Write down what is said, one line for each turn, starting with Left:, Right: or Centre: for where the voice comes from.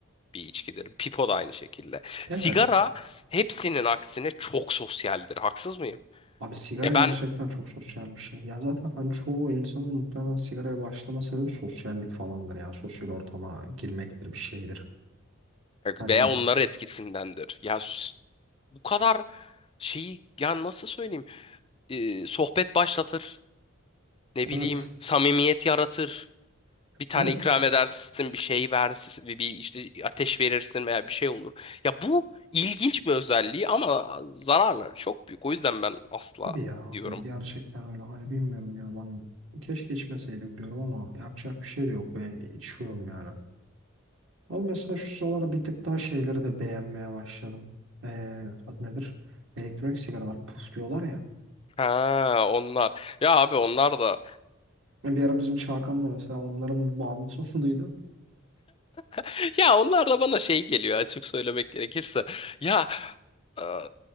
Left: bir içkidir. Pipo da aynı şekilde.
Right: Evet.
Left: Sigara hepsinin aksine çok sosyaldir. Haksız mıyım?
Right: Abi sigara
Left: Ya
Right: gerçekten
Left: ben
Right: çok sosyal bir şey. Ya zaten hani çoğu insanın muhtemelen sigaraya başlama sebebi sosyallik falandır ya. Sosyal ortama girmektir bir şeydir. Hani
Left: veya onlar etkisindendir. Ya s- bu kadar şeyi ya nasıl söyleyeyim? e, sohbet başlatır. ne bileyim
Right: evet.
Left: samimiyet yaratır. Bir tane
Right: Evet
Left: ikram edersin, bir şey versin, bir işte ateş verirsin veya bir şey olur. Ya bu ilginç bir özelliği ama zararları çok büyük. O yüzden ben asla
Right: tabii ya.
Left: diyorum.
Right: Hani gerçekten öyle. Hani bilmiyorum ya ben keşke içmeseydim diyorum ama yapacak bir şey de yok. Ben içiyorum yani. Ama mesela şu sıralar bir tık daha şeyleri de beğenmeye başladım. Ee, adı nedir? Elektronik sigaralar puf diyorlar ya.
Left: Ha onlar. Ya abi onlar da
Right: Bir ara bizim Çağkan'la mesela onların bağımlısı <laughs> olduğunu duydum.
Left: <laughs> ya onlar da bana şey geliyor açık söylemek gerekirse. Ya eee,